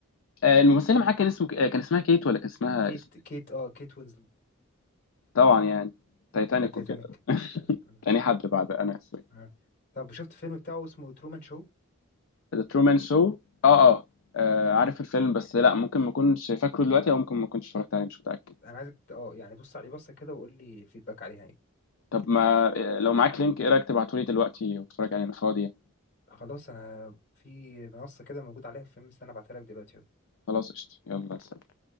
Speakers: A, on the left; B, on the left.
A: آه، الممثله معاه كان اسمه آه، كان اسمها كيت ولا كان اسمها
B: كيت
A: اسم-
B: كيت اه كيت وينزلت
A: طبعا يعني تايتانيك
B: بتاع تايتانيك
A: وكده <laughs>
B: مم، مم،
A: تاني حد بعد انا سوري
B: آه. طب شفت فيلم بتاعه اسمه ترومان شو
A: ذا ترومان شو اه اه آه، عارف الفيلم بس لا ممكن ما اكونش فاكره دلوقتي او ممكن ما كنتش اتفرجت عليه مش متاكد
B: انا عايزك ت- اه يعني بص عليه بصة كده وقول لي الفيدباك عليها ايه
A: طب ما لو معاك لينك ايه رايك تبعتولي دلوقتي واتفرج عليه انا فاضي
B: خلاص انا في منصه كده موجود عليها الفيلم استنى ابعتها لك دلوقتي
A: خلاص قشطة يلا سلام